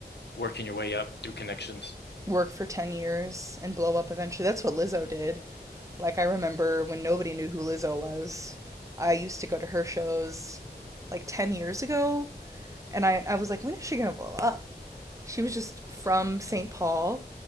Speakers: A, on the left; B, on the right.
A: working your way up through connections.
B: Work for ten years and blow up eventually. That's what Lizzo did. Like I remember when nobody knew who Lizzo was. I used to go to her shows like 10 years ago And I, I was like, when is she going to blow up? She was just from St. Paul.